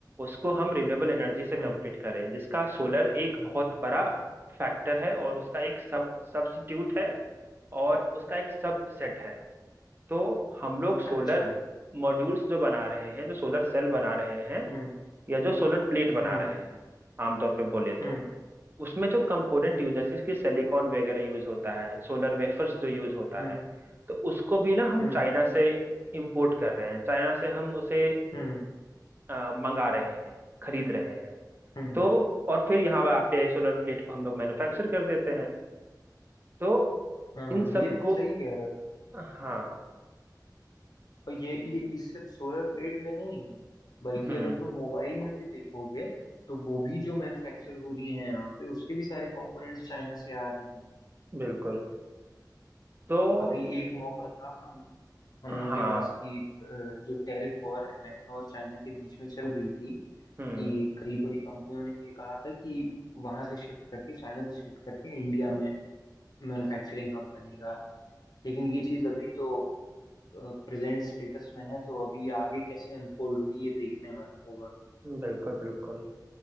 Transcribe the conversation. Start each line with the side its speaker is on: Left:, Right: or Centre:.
Right: उसको हम रिन्यूएबल एनर्जी से कंप्लीट
Left: हम्म
Right: करें जिसका सोलर एक बहुत बड़ा फैक्टर है और उसका एक सब सब्स्टिट्यूट है और उसका एक सब सेट है तो हम लोग सोलर
Left: अच्छा
Right: मॉड्यूल्स जो बना रहे हैं जो सोलर सेल बना रहे हैं
Left: हम्म
Right: या जो सोलर प्लेट बना
Left: हम्म
Right: रहे हैं आमतौर पे बोले
Left: हम्म
Right: तो उसमें जो कंपोनेंट यूज जैसे कि सिलिकॉन वगैरह यूज होता है सोलर वेफर्स जो यूज होता
Left: हम्म
Right: है तो उसको भी ना हम
Left: हम्म
Right: चाइना से इंपोर्ट कर रहे हैं चाइना से हम उसे
Left: हम्म
Right: अ, मंगा रहे हैं खरीद रहे हैं
Left: हम्म,
Right: तो और फिर यहाँ आप पे सोलर प्लेट को हम लोग मैन्युफैक्चर कर देते हैं तो
Left: हाँ
Right: इन
Left: ये
Right: सब
Left: तुम
Right: को
Left: सही कह रहे हो
Right: हाँ
Left: और ये ये इस सिर्फ सोलर प्लेट में नहीं है बल्कि
Right: हम्म
Left: अगर तुम मोबाइल में भी देखोगे तो वो भी जो मैन्युफैक्चर हो रही है यहाँ पे उसके भी सारे कंपोनेंट्स चाइना से आ रहे हैं
Right: बिल्कुल तो
Left: अभी एक मौका था हम हम लोगों
Right: हाँ
Left: के पास कि अ, जो टैरिफ वॉर अमेरिका और चाइना के बीच में चल रही थी
Right: हम्म
Left: कि कई बड़ी कंपनियों ने ये कहा था कि वहां से शिफ्ट करके चाइना से शिफ्ट करके इंडिया में मैन्युफैक्चरिंग हब बनेगा लेकिन ये चीज अभी तो प्रेजेंट स्टेटस में है तो अभी आगे कैसे अनफोल्ड होगी ये देखने वाला होगा
Right: बिल्कुल बिल्कुल